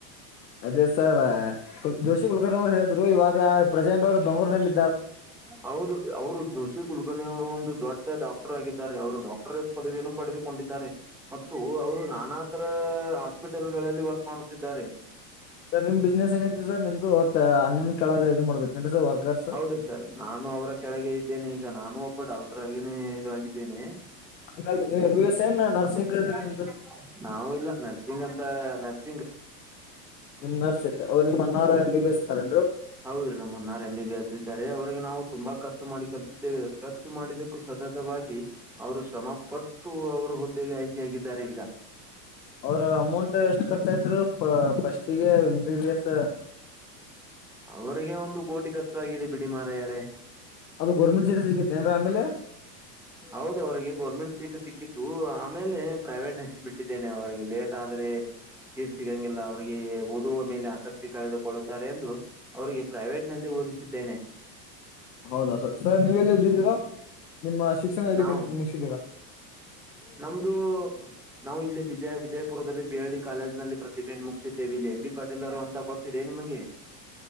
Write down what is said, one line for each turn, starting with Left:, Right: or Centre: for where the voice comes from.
Left: ಅದೇ ಸರ್ಲ್ ಜೋಶಿ ಕುಲಕರ್ಣಿ ಅವ್ರು ಹೇಳಿದ್ರು ಇವಾಗ ಪ್ರಜಾಂಡ್ ಅವ್ರು ಬೆಂಗೂರ್ನಲ್ಲಿ
Centre: ಹೌದು ಅವರು ಜೋಶಿ ಕುಲ್ಕಣಿ ಅವರು ಒಂದು ದೊಡ್ಡ ಡಾಕ್ಟರ್ ಆಗಿದ್ದಾರೆ ಅವರು ಡಾಕ್ಟ ಪದವಿಯನ್ನು ಪಡೆದುಕೊಂಡಿದ್ದಾರೆ ಮತ್ತು ಅವರು ನಾನಾ ತರ ಹಾಸ್ಪಿಟಲ್ಗಳಲ್ಲಿ ವರ್ಕ್ ಮಾಡುತ್ತಿದ್ದಾರೆ
Left: ಸರ್ ನಿಮ್ ಬಿಸ್ನೆಸ್ ಏನಐತಿ ಸರ್ ನಿಮ್ದುರ್ ಅ್ಣನ್ ಕಳ ಇದು ಮಾಡ್ನ್ ಸರ್ ವರ್ಕರ್ಸ್
Centre: ಹೌದ್ರಿ ಸರ್ ನಾನು ಅವರ ಕೆಳಗೆ ಇದ್ದೇನೆ ಈಗ ನಾನು ಒಬ್ಬ ಡಾಕ್ಟರ್ ಆಗನೇ ಇದ ಆಗಿದ್ದೇನೆ
Left: ಹಂಗಲ್ರಿ ನೀವ್ ಎಂ ಬಿ ಬಿ ಎಸ್ ಏನ್ ನರ್ಸಿಂಗ್ ಇದ್ರಿ
Centre: ಹ
Left: ನಿಮ್ದು
Centre: ನಾವು ಇಲ್ಲ ನರ್ಸಿಂಗ್ ಅಂತ ನರ್ಸಿಂಗ
Left: ನಿಮ್ ನರ್ಸೈತೆ ಅವ್ರು ನಿಮ್ಮ ನಾರ ಎಲ್ಲಿ ಬೇಸ್ತಾರೆ
Centre: ಹೌದ್ರೀ ನಮ್ಮ ಅಣ್ಣಾರ ಎಂಬ ಬಿ ಎಸ್ ಇದ್ದಾರೆ ಅವ್ರಿಗೆ ನಾವು ತುಂಬಾ ಖರ್ಚ ಮಾಡಿ ಕಲ್ಸ ಖರ್ಚು ಮಾಡಿದ್ದಕ್ಕೂ ಸತತವಾಗಿ ಅವರು ಶ್ರಮ ಪಟ್ಟು ಅವರು ಹುದ್ದೆಗೆ ಆಯ್ಕೆಯಾಗ ಈಗ
Left: ಅವ್ರ ಅಮೌಂಟ್ ಎಷ್ಟ್ ಖರ್ಚಯತ್ರು ಫಸ್ಟ್ಗ ಎ್ ಬಿ ಬಿ ಎಸ್
Centre: ಅವ್ರರಿಗೆ ಒಂದು ಕೋಟಿ ಖರ್ಚು ಆಗಾಗಿದೆ ಬಿಡಿಮಾರ ಯಾರ
Left: ಅದು ಗೌರ್ಮೆಂಟ್ ಸೀರ್ ಸಿಗುತ್ತ ಏನ್ರ ಆಮೇಲೆ
Centre: ಹೌದ ಅವಿಗೆ ಗೌರ್ಮೆಂಟ್ ಸೀಖ ಸಿಕ್ಕಿತ್ತು ಆಮೇಲೆ ಪ್ರೈವೇಟ್ ಹಚ್ಚಿ ಬಿಟ್ಟಿದ್ದೇನೆ ಅವರಿಗೆ ಲೇಟ್ ಆದ ಸ ಸೀಟ್ ಸಿಗಂಗಿಲ್ಲ ಅವ್ರಿಗೆ ಓದುವ ಮೇಲೆ ಆಸಕ್ತಿ ಕಳೆದುಕೊಳ್ಳುತ್ತಾರೆ ಎಂದು ಅವಿಗೆ ಪ್ರೈವೇಟ್ ನಲ್ಲಿ ಬೋಧಿಸಿದ್ದೇನೆ
Left: ಹೌದಾ ಸರ್ ಸರ್ ನೀವ ಎಲ್ಲಿದಿದ್ದೀರಾ ನಿಮ್ಮ ಶಿಕ್ಷಣ ಎಲ್ಲಿ
Centre: ನಾವು
Left: ಕಳ್ತೀ ಮುಗಿದೀರಾ
Centre: ನಮ್ದು ನಾವು ಇಲ್ಲಿ ಬಿಜಯ ವಿಜಯಪುರದಲ್ಲಿ ಬಿ ಎಲ್ಡಿ ಕಾಲೇಜ್ ನಲ್ಲಿ ಪ್ರತಿಭೆನ್ನು ಮುಗಿಸಿದ್ದೇವೆ ಇಲ್ಲಿ ಎಂ ಬಿ ಪಾಟೀಲ್ರು ಅಂತ ಗೊತ್ತಿದೆ ನಿಮಗೆ